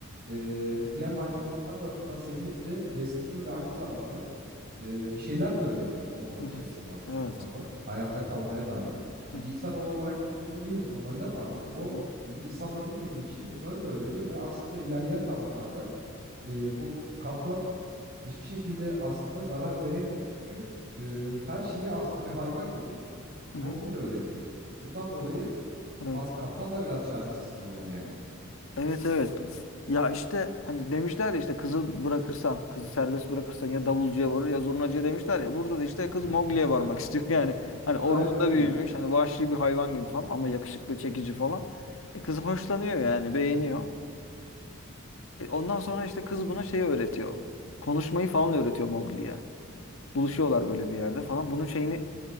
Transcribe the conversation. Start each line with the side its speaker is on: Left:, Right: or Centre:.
Right: e, diğer hayvanlar tarafından sevilip de besleniyor ve aynı zamanda e, bir şeyler de öğreniyor ormanın
Left: Hı
Right: içerisinde
Left: hı.
Right: aslında
Left: Evet.
Right: onlardan. Hayatta kalmaya dair. Şimdi
Left: Hı hı.
Right: insanoğlu olarak buna uyumlu değiliz normalde ama o
Left: Hı hı.
Right: iyi insanla büyümediği için bunları da öğreniyor ve aslında ilerleyen zamanlarda e, bu kaplan hiçbir şekilde aslında zarar veremiyor. Çünkü e, her şeyi aslında bir hayvan gibi
Left: Hı
Right: Mowgli
Left: hı.
Right: de öğreniyor. Bundan dolayı
Left: Evet.
Right: a- kaplan da biraz çaresiz kalıyor yani.
Left: Evet evet. Ya işte hani demişler ya işte kızı bırakırsan, kızı serbest bırakırsan ya davulcuya varır ya zurnacıya demişler ya. Burada da işte kız mogliye
Right: <laughs>
Left: varmak istiyor. <laughs> Yani hani
Right: Aynen
Left: ormanda
Right: öyle.
Left: büyümüş, hani vahşi bir hayvan gibi falan ama yakışıklı, çekici falan. E kız hoşlanıyor yani, beğeniyor. E ondan sonra işte kız buna şeyi öğretiyor. Konuşmayı falan öğretiyor mogliye Buluşuyorlar böyle bir yerde falan. Bunun şeyini